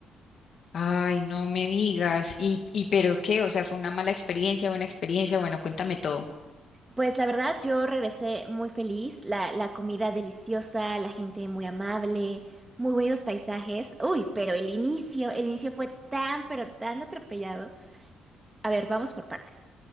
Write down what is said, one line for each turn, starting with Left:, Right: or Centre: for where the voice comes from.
Left: Ay, no me digas. ¿Y, y pero qué? O sea, fue una mala experiencia, buena experiencia. Bueno, cuéntame todo.
Right: Pues la verdad, yo regresé muy feliz, la, la comida deliciosa, la gente muy amable, muy buenos paisajes. Uy, pero el inicio, el inicio fue tan, pero tan atropellado. A ver, vamos por partes.